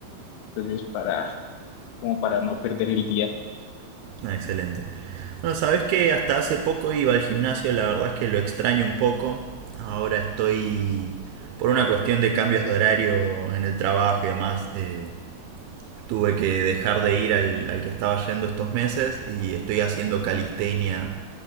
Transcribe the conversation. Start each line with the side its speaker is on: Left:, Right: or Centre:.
Left: entonces para, como para no perder el día.
Right: Ah, excelente. No, sabes que hasta hace poco iba al gimnasio, la verdad es que lo extraño un poco. Ahora estoy por una cuestión de cambios de horario en el trabajo y demás. eh, tuve que dejar de ir al, al que estaba yendo estos meses y estoy haciendo calistenia